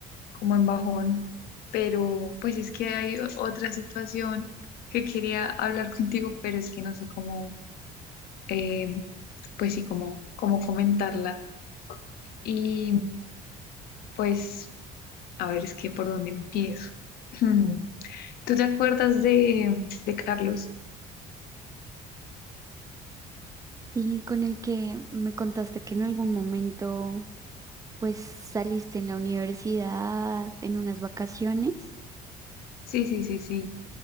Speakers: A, on the left; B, on the right.
A: como en bajón, pero pues es que hay o- otra situación que quería hablar <laughs> contigo, pero es que no sé cómo, eh, pues sí, cómo, cómo comentarla y pues a ver, es que por dónde empiezo. <clears throat> ¿Tú te acuerdas de, de Carlos?
B: y con el que me contaste que en algún momento, pues saliste en la universidad, en unas vacaciones.
A: Sí, sí, sí, sí.